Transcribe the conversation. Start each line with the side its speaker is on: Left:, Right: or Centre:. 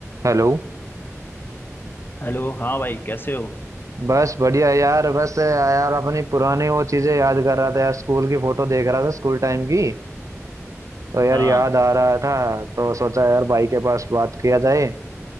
Right: Hello
Left: Hello हाँ भाई कैसे हो
Right: बस बढ़िया है यार बस यार अपनी पुरानी वो चीजें याद कर रहा था यार स्कूल की फोटो देख रहा था स्कूल टाइम की तो यार
Left: हाँ
Right: याद आ रहा था तो सोचा यार भाई के पास बात किया जाए